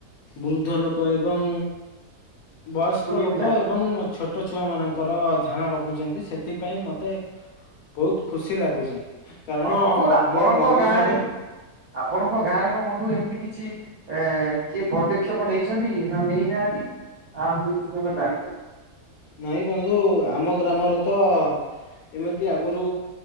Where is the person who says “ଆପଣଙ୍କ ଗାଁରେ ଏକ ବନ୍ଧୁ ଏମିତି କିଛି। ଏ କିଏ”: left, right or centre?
Right